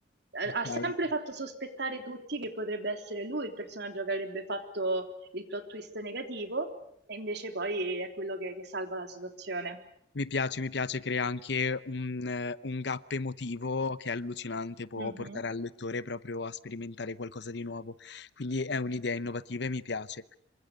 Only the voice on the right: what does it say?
Eh,
Ha sempre
fatto sospettare tutti che potrebbe essere lui il personaggio che avrebbe fatto il plot twist negativo, e invece poi è quello che, che salva la situazione.
Mhm,